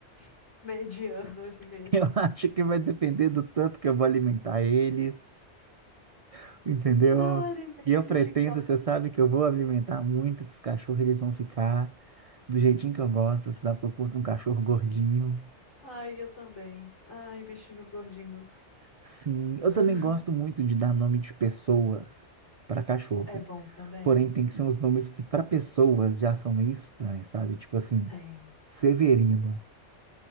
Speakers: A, on the left; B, on the right.
A: <laughs> mediano ali mesmo?
B: <laughs> Eu acho que vai depender do tanto que eu vou alimentar eles, entendeu?
A: Não alimente
B: E eu pretendo,
A: G.
B: você sabe que eu vou alimentar muito esses cachorros, eles vão ficar do jeitinho que eu gosto. Você sabe que eu curto um cachorro gordinho.
A: Ai, eu também. Ai, bichinhos gordinhos.
B: Sim,
A: <laughs>
B: eu também gosto muito de dar nome de pessoas para cachorro.
A: É bom também?
B: Porém, tem que ser uns nomes que, para pessoas, já são meio estranhos, sabe? Tipo assim,
A: Tem.
B: Severino.